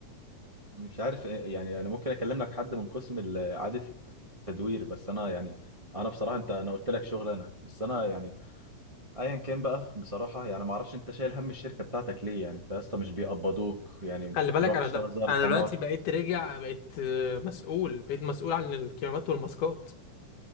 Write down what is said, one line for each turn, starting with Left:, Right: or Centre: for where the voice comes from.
Right: مش عارف إيه- يعني انا ممكن اكلم لك حد من قسم ال- اعاده التدوير بس انا يعني انا بصراحه انت انا قلت لك شغل انا بس انا يعني ايا كان بقى بصراحه يعني ما اعرفش انت شايل هم الشركه بتاعتك ليه يعني انت اصلا مش بيقبضوك يعني
Left: خلي بالك
Right: بتروح
Left: انا
Right: تشتغل
Left: ده
Right: زي الحمار
Left: انا دلوقتي بقيت راجع بقيت آه، مسؤول بقيت مسؤول عن الكمامات والماسكات